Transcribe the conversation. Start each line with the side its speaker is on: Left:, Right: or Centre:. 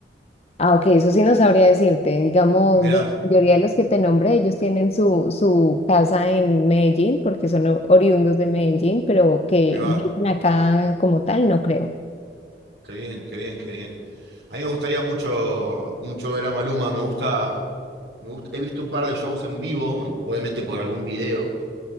Left: Ah, ok, eso sí no sabría decirte. Digamos,
Right: Mirá,
Left: de la mayoría de los que te nombré, ellos tienen su, su casa en Medellín, porque son o- oriundos de Medellín, pero que
Right: ahí va.
Left: viven acá como tal, no creo.
Right: Qué bien, qué bien, qué bien. A mí me gustaría mucho, mucho ver a Maluma. Me gusta Me gusta, he visto un par de shows en vivo, obviamente por algún video,